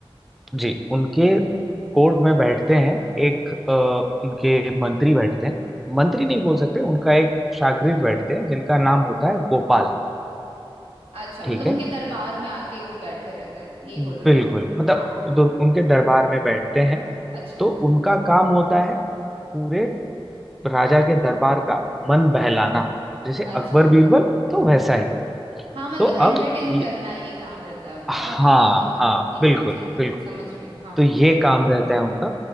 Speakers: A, in the centre; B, on the right.
A: जी उनके कोर्ट में बैठते हैं एक अ, उनके मंत्री बैठते हैं मंत्री नहीं बोल सकते उनका एक शागिर्द
B: हाँ हाँ
A: बैठते हैं जिनका नाम होता है गोपाल
B: अच्छा
A: ठीक
B: मतलब उनके
A: है
B: दरबार में आके वो बैठे रहते हैं यही
A: बिल्कुल
B: बोल रहे हो ना
A: मतलब
B: हाँ
A: दो- उनके दरबार में बैठते हैं
B: अच्छा
A: तो उनका काम होता है पूरे राजा के दरबार का मन बहलाना जैसे
B: अच्छा
A: अकबर बीरबल तो वैसा ही
B: हाँ मतलब
A: तो
B: एंटरटेन
A: अब ये-
B: करना ये काम रहता है उनका
A: हाँ
B: कि हाँ
A: हाँ
B: ठीक
A: बिल्कुल
B: है ठीक है
A: बिल्कुल
B: समझ रही हूँ हाँ
A: तो ये काम रहता है उनका